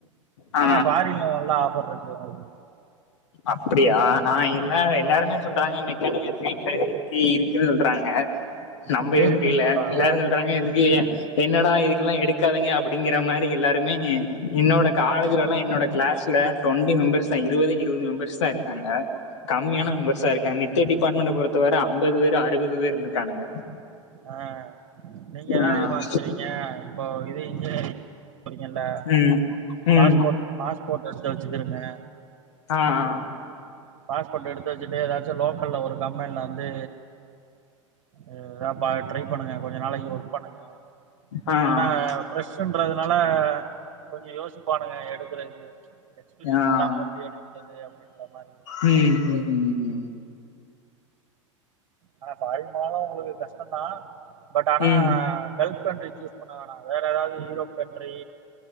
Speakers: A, on the left; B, on the right.
A: ஆ
B: ஆனா ஃபாரின்ல நல்லா ஆஃபர் இருக்கு உங்களுக்
A: அப்படியா நா எல்லாரு
B: ஆமா
A: எல்லாருமே சொல்றாங்க மெக் மெக்கானிக்களு சீட்டு இருக்கு இருக்குன் சொல்றாங்க நம்பயே
B: இங்க இருக்குன்னு
A: முடில
B: சொல்றாங்களா
A: எல்லாரு சொல்றாங்க எதுக்கு என்னடா இதுக்கெல்லா எடுக்காதீங்க அப்டிங்கிற மாரி எல்லாருமே என்னோட காலேஜ்லலா என்னோட கிளாஸ்ல டொண்ட்டி மெம்பர்ஸ்தா இருவது இருவது மெம்பர்ஸ்தா இருக்காங்க கம்மியான
B: சரிங்க
A: மெம்பர்ஸ்ஸா இருக்காங் நே மத்த டிபார்ட்மெண்ட்ட பொறுத்த வர அம்பது பேரு அறுவது பேருன்னுக்கானுக
B: ஆ நீங்க என்னா
A: ஆ
B: தெரியுமா செய்றீங்க இப்போ இது இஞ்சினியரிங் போறிங்கல்ல
A: ம் ம்
B: பாஸ்போர்ட் பாஸ்போர்ட் எடுத்து வெச்சுக்குருங்க
A: ஆ ஆ
B: பாஸ்போர்ட் எடுத்து வெச்சுட்டு ஏதாச்சு லோக்கல்ல ஒரு கம்பெனில வந்து அ த பா ட்ரை பண்ணுங்க கொஞ்ச நாளைக்கு ஒர்க் பண்ணுங்க கொஞ்சன்னா
A: ஆ ஆ
B: ஃப்ரெஷ்ஷுன்றதுனால கொஞ்சோ யோசிப்பானுங்க எடுக்கறதுக்து எக்ஸ்பீரியன்ஸ்
A: ஆ
B: இல்லாம எப்டி எடுக்கறது அப்டின்ற மாரி
A: ம் ம் ம் ம்
B: ஆனா ஃபாரின் போனாலு உங்களுக்கு கஷ்டந்தா பட் ஆனா
A: ம்
B: கல்ஃப் கண்ட்ரி சூஸ் பண்ண வேணா வேற எதாவது ஈரோப் கண்ட்ரி